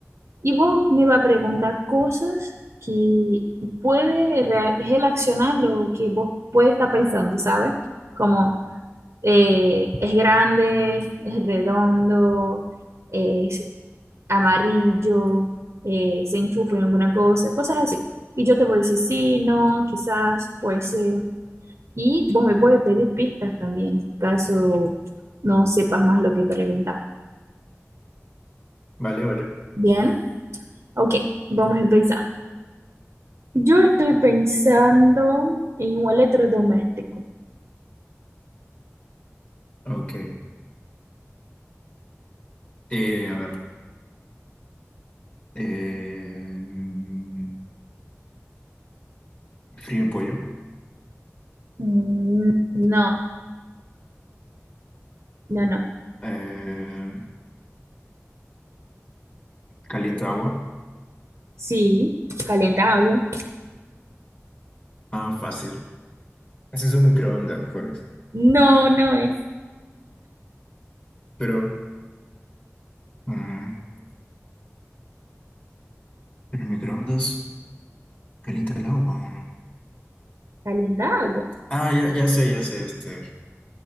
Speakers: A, on the right (about 70°); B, on the left (about 30°).
A: Y vos me va a preguntar cosas que puede rea- relacionar lo que vos puede estar pensando, ¿sabes? Como eh, es grande, es redondo, es amarillo, eh, se enchufa en alguna cosa, cosas así. Y yo te voy a decir sí, no, quizás, puede ser. Y vos me puedes pedir pistas también, caso no sepas más lo que preguntar.
B: Vale, vale.
A: Bien, ok, vamos a empezar. Yo estoy pensando en un electrodoméstico.
B: Ok. Eh, a ver. Eh, mm, frío pollo.
A: Mm, No, no, no.
B: Eh, calienta agua.
A: Sí, calienta agua.
B: Ah, fácil. Ese es un microondas, pues.
A: No, no es.
B: Pero... mm, ¿el microondas calienta el agua o no?
A: Calienta agua.
B: Ah, ya, ya sé, ya sé, este.